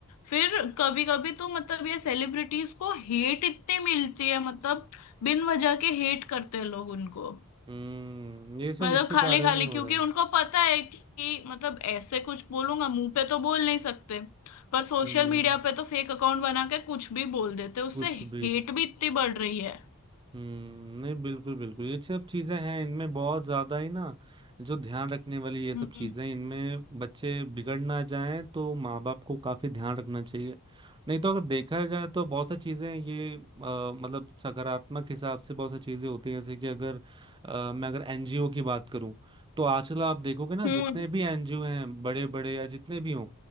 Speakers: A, on the left (about 80°); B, on the right (about 20°).
A: फिर कभी कभी तो मतलब ये सेलिब्रिटीज को हेट इतनी मिलती है मतलब बिन वजह के हेट करते हैं लोग उनको
B: हम्म ये सब
A: मतलब
B: इसके
A: खाली
B: कारण
A: खाली
B: ही हो
A: क्योंकि
B: रहा है
A: उनको पता है कि मतलब ऐसे कुछ बोलूंगा मुंह पे तो बोल नहीं सकते पर सोशल
B: हम्म
A: मीडिया पे तो फेक अकाउंट बना के कुछ भी बोल देते उससे
B: कुछ भी
A: हेट भी इतनी बढ़ रही है
B: हम्म नहीं बिल्कुल बिल्कुल ये सब चीजें हैं इनमें बहुत ज्यादा ही ना जो ध्यान रखने वाली ये सब
A: हम्म
B: चीजें इनमें बच्चे बिगड़ ना जाएं तो माँ बाप को काफी ध्यान रखना चाहिए नहीं तो अगर देखा जाए तो बहुत सारी चीजें ये अ, मतलब सकारात्मक हिसाब से बहुत सारी चीजें होती हैं जैसे कि अगर अ, मैं अगर एनजीओ की बात करूं तो आजकल आप देखोगे ना
A: हम्म
B: जितने भी एनजीओ हैं बड़े बड़े या जितने भी हों